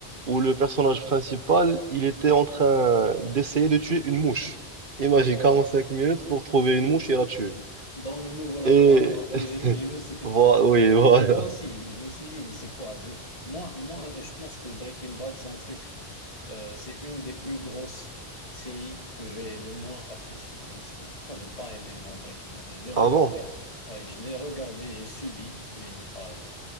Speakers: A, on the right (about 55°); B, on the left (about 35°).
A: où le personnage principal, il était en train d'essayer de tuer une mouche. Imagine,
B: Ouais,
A: 45 minutes pour trouver une mouche et la tuer.
B: dans le nouveau laboratoire.
A: Et
B: Ouais,
A: <laughs>
B: j'ai vu, j'ai vu cet épisode.
A: voilà, oui, voilà.
B: Mais moi aussi, mais je me suis dit, mais c'est quoi? C'est- Moi, moi, je pense que Breaking Bad, c'est un truc, euh, c'est une des plus grosses séries que j'ai le moins appréciée. Je ne sais pas pourquoi j'ai pas aimé, moi, Breaking Bad. Je l'ai regardé,
A: Ah bon?
B: ouais, je l'ai regardé, j'ai subi, mais j'ai pas aimé.